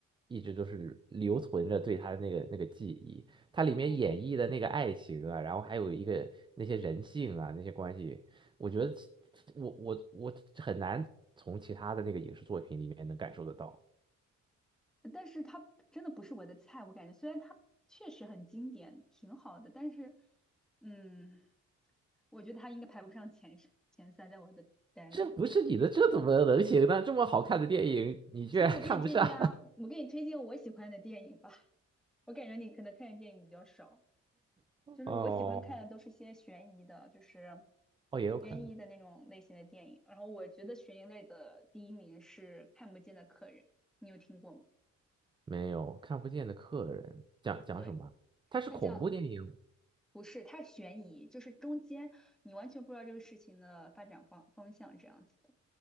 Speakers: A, on the right; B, in the centre.
A: 一直都是留存着对他的那个那个记忆。它里面演绎的那个爱情啊，
B: 好吧，
A: 然后还有一个那些人性啊那些关系，我觉得其我我我很难从其他的那个影视作品里面能感受得到。
B: 但是它真的不是我的菜。我感觉虽然它确实很经典，挺好的，但是，嗯，我觉得它应该排不上前十前三，在我的单里。
A: 这不是你的，这怎么能行呢？这么好看的电影，你居然
B: 所以我给你推荐啊，
A: <laughs> 看不上？
B: 我给你推荐我喜欢的电影吧。我感觉你可能看的电影比较少。
A: <laughs>
B: 就是我喜欢看的都是些悬疑的，
A: 哦
B: 就是
A: 哦，也有可能
B: 悬疑的那种类型的电影。然后我觉得悬疑类的第一名是《看不见的客人》，你有听过吗？
A: 没有看不见的客人，讲讲什么？
B: 对，
A: 它是恐怖电影
B: 他讲不是，他悬疑，就是中间你完全不知道这个事情的发展方方向这样子的。